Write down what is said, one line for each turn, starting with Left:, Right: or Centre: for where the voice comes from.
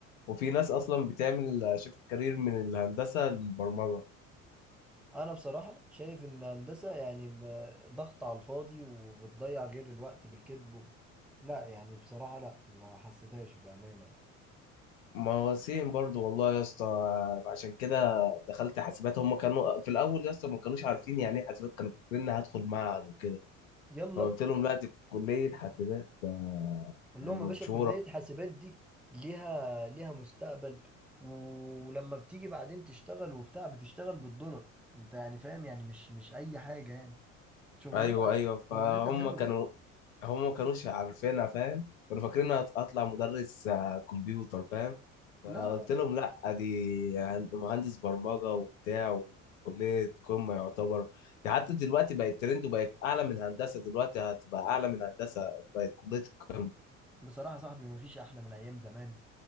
Left: وفي ناس اصلا بتعمل شيفت كارير من الهندسه للبرمجه
Centre: انا بصراحه شايف ان هندسه يعني م- ضغط على الفاضي وبتضيع غير الوقت بالكذب و... لا يعني بصراحه لا ما حسيتهاش بامانه يعني
Left: ما هو سيم برضو والله يا اسطى عشان كده دخلت حاسبات هم كانوا في الاول يا اسطى ما كانوش عارفين يعني ايه حاسبات كانوا فاكرين اني هدخل معهد وكده
Centre: يلا
Left: فقلت لهم لا دي كليه حاسبات آه،
Centre: قول
Left: يعني
Centre: لهم
Left: مشهوره
Centre: يا باشا كلية حاسبات دي ليها ليها مستقبل ولما بتيجي بعدين تشتغل وبتاع بتشتغل بالدولار انت يعني فاهم يعني مش مش اي حاجة يعني شغلانة
Left: ايوه ايوه فهم
Centre: شغلانتها حلوة
Left: كانوا هم ما كانوش عارفينها فاهم كانوا فاكرين هت- هطلع مدرس آه، كمبيوتر فاهم فقلت
Centre: لا لا
Left: لهم لا دي هن- مهندس برمجة وبتاع وكلية قمة يعتبر دي حتى دلوقتي بقت ترند وبقت أعلى من هندسة دلوقتي هتبقى أعلى من هندسة بقت كلية القمة
Centre: بصراحة يا صاحبي مفيش احلى من ايام زمان